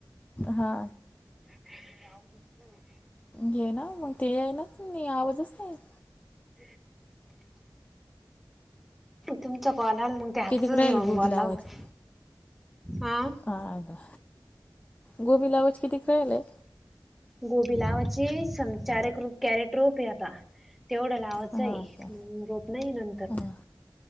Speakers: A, on the left; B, in the centre.
A: हा
B: लय अवचिंद आहे <unintelligible>
A: घे ना मग ते यालाच नाही आवाजच नाही येत.
B: <inaudible> तुमचा कॉल ते हातातच
A: कितीक राहील
B: घेऊन
A: गोबी
B: बोलावं
A: लावायचे
B: लागतं.. आ
A: हा का गोबी लावच किती कळालंय
B: गोबीलावाची संचारक रूप कॅरेट रोप आहे आता तेवढं लावायचं
A: हा
B: आहे
A: का
B: रोप नाही नंतर
A: हा